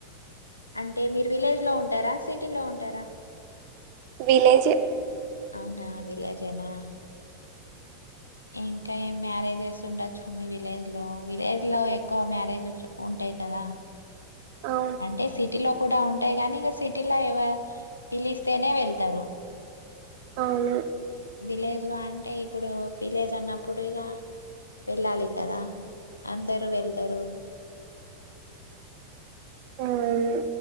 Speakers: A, on the left; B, on the right.
A: అంటే మీరు విలేజ్ లో ఉంటారా సిటీ లో ఉంటారా
B: విలేజ్ యే
A: అవునా విలేజేనా ఇంకా మ్యారేజెస్ ఉండొచ్చు మీ విలేజ్ లో విలేజ్ లో ఎక్కువ మ్యారేజెస్ ఉంటాయి కదా
B: అవును
A: అంటే సిటీ లో కూడా ఉంటాయి కానీ, ఇక సిటీలో ఎవ పిలిస్తేనే వెళ్తారు.
B: అవును
A: విలేజ్ లో అంటే ఇప్పుడు విలేజ్ అన్నప్పుడిగా వెళ్ళాలి కదా అందరూ వెళ్తరు
B: అవును